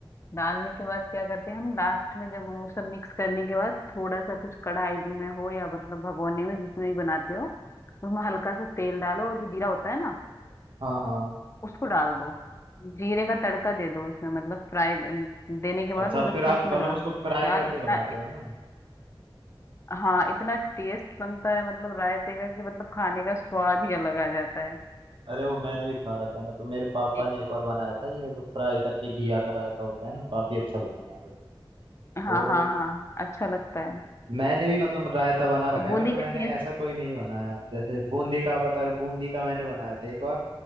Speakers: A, on the left; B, on the right.
A: डालने के बाद क्या करते हैं हम लास्ट में जब वो सब मिक्स करने के बाद थोड़ा सा कुछ कढ़ाई में हो या मतलब भगोने में जिसमें भी बनाते हो उसमें हल्का सा तेल डालो और जो जीरा होता है ना
B: हाँ हाँ
A: उसको डाल दो जीरे का तड़का दे दो उसमें मतलब फ्राई देने के बाद
B: अच्छा
A: वो लस्सी
B: फिर आप
A: उसमें
B: मतलब
A: डाल
B: उसको
A: दो
B: फ्राई
A: यार
B: करके
A: इतना
B: बनाते
A: इत,
B: हो ना
A: हाँ इतना टेस्ट बनता है मतलब रायते का कि मतलब खाने का स्वाद ही अलग आ जाता है
B: अरे वो मैंने भी खा रखा है ना तो मेरे पापा
A: इ-
B: ने एक बार बनाया था ये जो फ्राई करके घिया का रायता होता है ना काफी अच्छा लगता है वो भी।
A: हाँ
B: और
A: हाँ हाँ अच्छा लगता है
B: मैंने भी मतलब रायता बना रखा
A: बूंदी
B: है बट मैंने
A: का भी
B: ऐसा कोई नहीं बनाया जैसे बूंदी का आप बता रहे हो, बूंदी का मैंने बनाया था एक बार